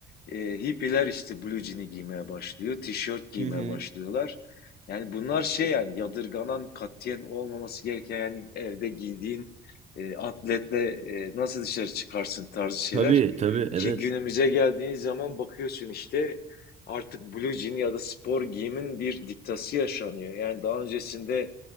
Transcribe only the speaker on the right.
Hı hı.
Tabii tabii evet.